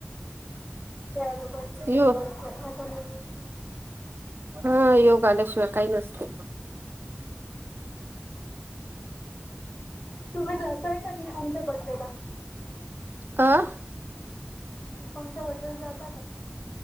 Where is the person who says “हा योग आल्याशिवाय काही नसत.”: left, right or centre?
Right